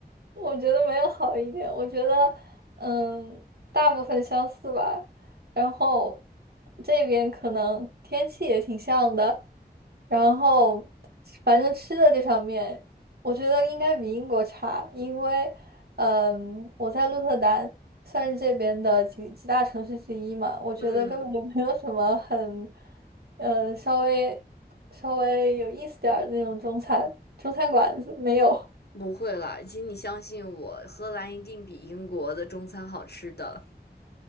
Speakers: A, on the right (about 70°); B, on the left (about 70°).
A: 我觉得没有好一点，我觉得，嗯，大部分相似吧。然后这边可能天气也挺像的，然后反正吃的这方面，我觉得应该比英国差，因为，嗯，我在鹿特丹算是这边的几几大城市之一嘛，我觉得根本就没有什么很，
B: 嗯，
A: 呃，稍微稍微有意思点儿的那种中餐中餐馆子没有。
B: 不会啦，请你相信我，荷兰一定比英国的中餐好吃的，